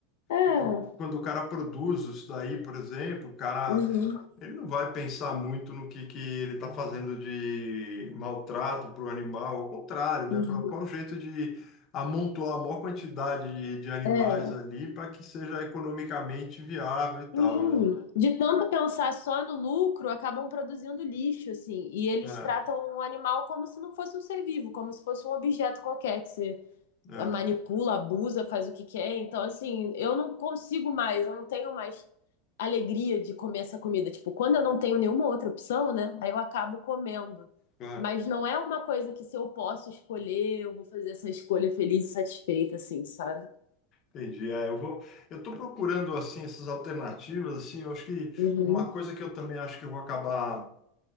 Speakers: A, on the left (about 80°); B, on the left (about 35°).
A: É.
B: Então, quando o cara produz isso daí, por exemplo, o cara,
A: Uhum.
B: ele não vai pensar muito no que, que ele está fazendo de maltrato para o animal, ao contrário, né?
A: uhum.
B: Fala, Qual o jeito de amontoar a maior quantidade de, de animais
A: É.
B: ali para que seja economicamente viável e tal,
A: Sim,
B: né?
A: de tanto pensar só no lucro, acabam produzindo lixo, assim, e eles
B: É,
A: tratam o animal como se não fosse um ser vivo, como se fosse um objeto qualquer que você
B: é,
A: manipula, abusa, faz o que quer. Então, assim, eu não consigo mais, eu não tenho mais alegria de comer essa comida. Tipo, quando eu não tenho nenhuma outra opção, né, aí eu acabo comendo.
B: claro.
A: Mas não é uma coisa que se eu posso escolher, eu vou fazer essa escolha feliz e satisfeita, assim, sabe?
B: Entendi. É, eu vou, eu estou procurando assim essas alternativas assim, eu acho que
A: Uhum,
B: uma coisa que eu também acho que eu vou acabar